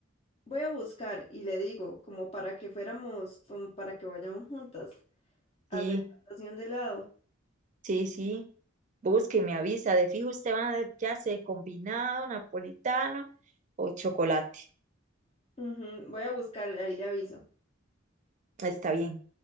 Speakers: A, on the left; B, on the right.
A: voy a buscar y le digo, como para que fuéramos, como para que vayamos juntas a
B: Sí.
A: hacer natación de lado.
B: Sí, sí. Busque, y me avisa. De fijo usted va a- ya sé, combinado, napolitano o chocolate.
A: Ujú, voy a buscar, ahí le aviso.
B: Está bien.